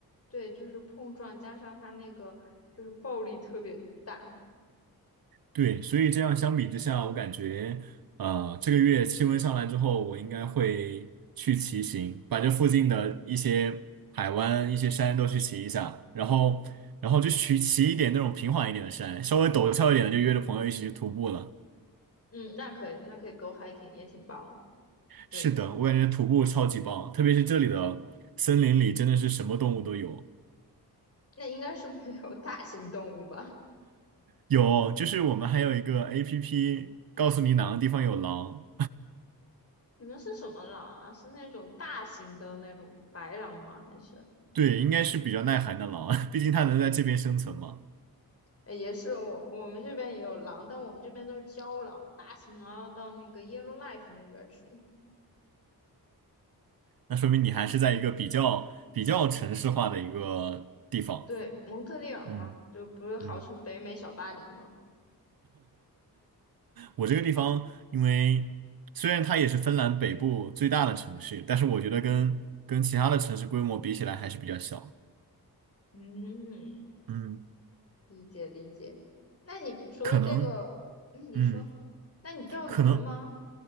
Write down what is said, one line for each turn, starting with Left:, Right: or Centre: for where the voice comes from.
Left: 对，就是碰撞加上他那个就是暴力特别大。
Right: 对，所以这样相比之下，我感觉，呃，这个月气温上来之后，我应该会去骑行，把这附近的一些海湾、一些山都去骑一下，然后，然后就去骑一点那种平缓一点的山，稍微陡峭一点的，就约着朋友一起去徒步了。
Left: 嗯，那可以，那可以 go hiking 也挺棒的。对。
Right: 是的，我感觉徒步超级棒，特别是这里的森林里真的是什么动物都有，
Left: 那应该是没有大型动物吧？
Right: 有，就是我们还有一个 APP 告诉你哪个地方有狼，
Left: <laughs> 你们是什么狼啊？是那种大型的那种白狼吗？还是
Right: 对，应该是比较耐寒的狼，<laughs> 毕竟它能在这边生存嘛。
Left: 呃也是我我们这边也有狼，但我们这边都是郊狼，大型狼要到那个 y e l l o w k i f e 那边去。
Right: 那说明你还是在一个比较比较城市化的一个地方。
Left: 对，蒙特利尔嘛，
Right: 嗯
Left: 就不是号称北美小巴黎吗？
Right: 嗯，我这个地方，因为虽然它也是芬兰北部最大的城市，但是我觉得跟跟其他的城市规模比起来还是比较小。
Left: 嗯，
Right: 嗯，
Left: 理解理解。那你除了这个，
Right: 可能，
Left: 嗯，你说，
Right: 嗯，
Left: 那你钓鱼吗？
Right: 可能